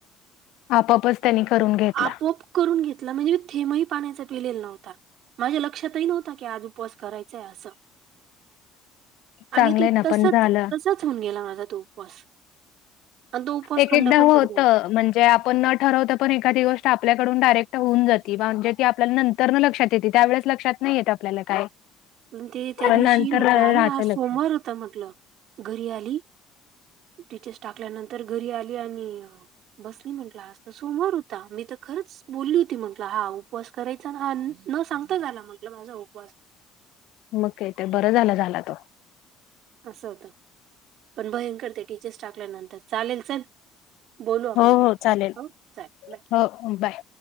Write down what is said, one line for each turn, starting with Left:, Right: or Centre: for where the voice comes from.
Left: आपापच त्यांनी करून घेतला
Right: आपोआप करून घेतला म्हणजे मी थेमही पाण्याचा पिलेला नव्हता माझ्या लक्षातही नव्हतता की आज उपवास करायचाय असं आणि
Left: चांगलंय
Right: तो
Left: ना,
Right: तसच
Left: पण झालं.
Right: तसाच होऊन गेला माझा तो उपवास आणि तो उपवास
Left: एक
Right: खंड
Left: एकदा
Right: पण
Left: होत
Right: पडून
Left: म्हणजे जे आपण न ठरवत पण एखादी गोष्ट आपल्याकड डयेक्ट होऊन जात म्हणजे ती आपल्या नंत तर न लक्षात येते त्या ववेळेस लक्षात नाही येत आपल्याला काय
Right: पण ते त्या
Left: पण
Right: दिवशी
Left: नंतर
Right: म्हंटलं अरे
Left: राहतं
Right: हा
Left: लक्षात.
Right: सोमवार होता म्हंटलं घरी आली टीचर्स टाकल्यानंतर घरी आली आणि बसली म्हटलं असत सोमवर होता मी तर खरंच बोलली होती म्हटलं हा उपवास करायचा ह न सांगता झाला म्हटलं माझा उपवास
Left: मग का ते बरं झाला झाला तो
Right: असं होतं पण भयंकरते टीचर्स टाकल्यानंतर चालेल चल बोलू आपणय
Left: हो, हो. चालेल.
Right: हो चालेल बाय
Left: हो बाय